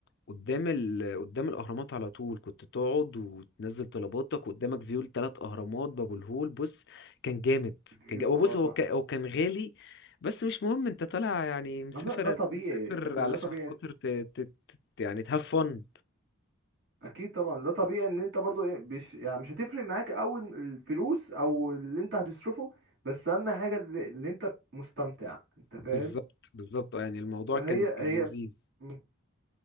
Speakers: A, on the left (about 55°); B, on the right (about 60°).
A: قدام ال... قدام الاهرامات على طول كنت تقعد وتنزل طلباتك قدامك فيو التلات اهرامات باب الهول بص كان جامد
B: فيو
A: كان جامد
B: اه
A: بص
B: تحفة
A: هو كان... هو كان غالي بس مش مهم انت طالع يعني مسافر
B: ما ده ده طبيعي
A: مسافر
B: أصل
A: علشان
B: ده طبيعي
A: خاطر ت... ت... ت... يعني تهاف فن
B: أكيد طبعا ده طبيعي إن أنت برضو إيه مش يعني مش هتفرق معاك أوي الفلوس أو اللي أنت هتصرفه بس أهم حاجة اللي, اللي أنت مستمتع أنت فاهم
A: بالظبط بالظبط آه، يعني الموضوع
B: فهي
A: كان كان
B: هي
A: لذيذ
B: مم.